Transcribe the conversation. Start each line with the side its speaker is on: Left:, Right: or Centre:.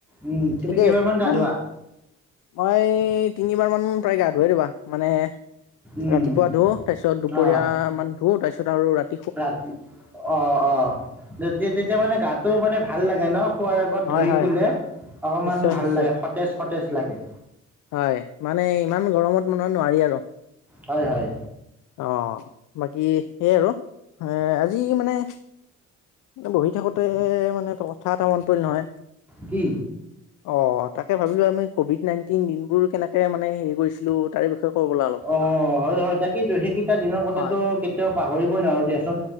Centre: উম তুমি
Left: ঠিকেই
Centre: কেইবাৰ মান
Left: ইমান
Centre: গা ধোৱা
Left: মই তিনিবাৰ মান প্ৰায় গা ধোৱে ৰবা মানে
Centre: উম
Left: ৰাতিপুৱা ধুও তাৰপিছত দুপৰীয়া
Centre: অ
Left: মান ধুও তাৰপিছত আৰু ৰাত
Centre: ৰাতি অ অ তেতিয়া তেতিয়া
Left: এ,
Centre: মানে গাটোঅ মানে ভাল লাগে ন খোৱাৰ আগত
Left: হয়
Centre: ধুই
Left: হয়
Centre: শুলে অকমান
Left: নিশ্চয়
Centre: ভাল
Left: নিশ্চয়
Centre: লাগে সতেজ সতেজ লাগে
Left: হয় মানে ইমান গৰমত মানু নোৱাৰি আৰু
Centre: হয় হয়
Left: অ বাকী সেই আৰু এ আজি মানে বহি থাকোতে মানে কথা এটা মনত পৰিল নহয়
Centre: কি
Left: অ তাকে ভাবিলো আমি কভিড নাইণ্টিন দিনবোৰ কেনেকে মানে হেৰি কৰিছিলো তাৰে বিষয়ে ক'ব ব'লা অলপ।
Centre: অ হয় হয় তাকেইতো সেইকেইটা দিনৰ কথাটো
Left: হয়
Centre: কেতিয়াও পাহৰিবই নোৱাৰো দিয়াচোন